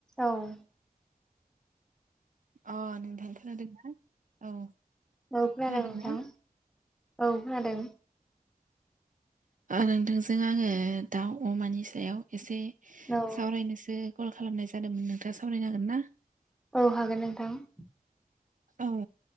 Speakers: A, in the centre; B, on the right.
A: औ
B: अ नोंथां खोनादों औ
A: औ खोनादों
B: खोनादोंना
A: नोंथां औ खोनादों
B: नोंथांजों आंङो दाउ अमानि सायाव एसे
A: औ
B: सावरायनोसो कल खालामनाय जादोंमोन नोंथांङा सावरायनो हांगोन ना
A: औ हागोन नोंथां
B: औ